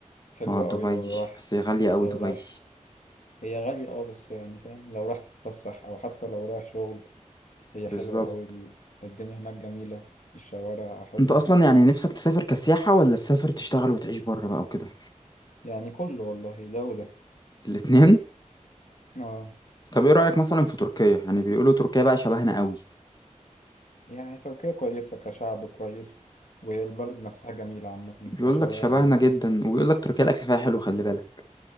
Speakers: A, on the left; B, on the left.
A: حلوة
B: اه دبي
A: اوي لو رايح
B: بس هي غالية أوي
A: لو
B: دبي
A: رايح هي غالية اه بس يعني فاهم لو رايح تتفسح او حتى لو رايح شغل هي حلوة
B: بالظبط
A: اوي ال- الدنيا هناك جميلة الشوارع حلوة
B: أنت أصلا يعني نفسك تسافر كسياحة ولا تسافر تشتغل وتعيش بره بقى وكده؟
A: يعني كله والله ده وده
B: الاتنين؟
A: اه
B: طب إيه رأيك مثلا في تركيا؟ يعني بيقولوا تركيا بقى شبهنا أوي
A: يعني تركيا كويسة كشعب كويس والبلد نفسها جميلة عامة
B: بيقول
A: كشوارع
B: لك شبهنا
A: بقى
B: جدا
A: وكده
B: وبيقول لك تركيا الاكل فيها حلو خلي بالك